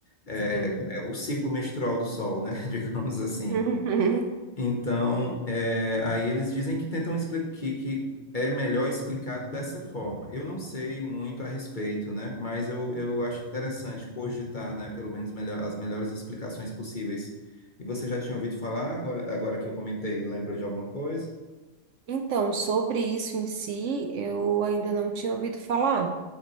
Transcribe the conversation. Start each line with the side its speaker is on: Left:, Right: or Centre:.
Left: É,
Right: Sim.
Left: é o ciclo menstrual do Sol, né? <laughs> Digamos assim.
Right: Uhum.
Left: Então, é, aí eles dizem que tentam explicar que, que é melhor explicado dessa forma. Eu não sei muito a respeito, né? Mas eu, eu acho interessante cogitar, né? Pelo menos melhor, as melhores explicações possíveis. E você já tinha ouvido falar, agora, agora que eu comentei, lembrou de alguma coisa?
Right: Então, sobre isso em si, eu ainda não tinha ouvido falar.